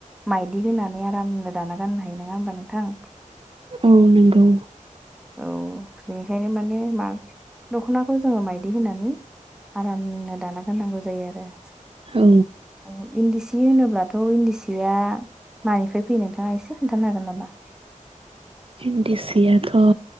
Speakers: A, in the centre; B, on the right.
A: माइदि होनानै आरामनो दाना गाननो हायो नङा होमबा नोंथां
B: औ नंगौ
A: औ बेनिखायनो माने मा दख'ना खौ जोङो मायदि होनानै आरामनो दाना गा गाननांगौ जायो आरो
B: औ
A: इन्दि सि होनोब्लाथ' इन्दि सिया मानिफ्राय फैयो नोंथाङा एसे खोन्थानो हागोन नामा
B: इन्दिसियाथ'